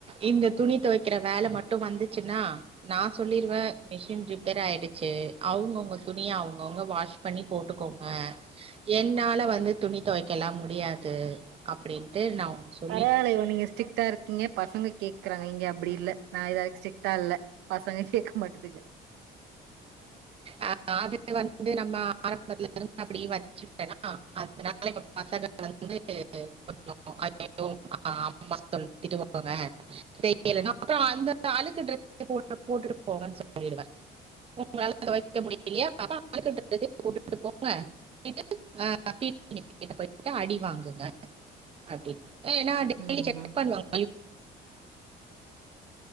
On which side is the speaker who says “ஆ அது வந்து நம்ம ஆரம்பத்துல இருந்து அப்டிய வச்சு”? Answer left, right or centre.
Right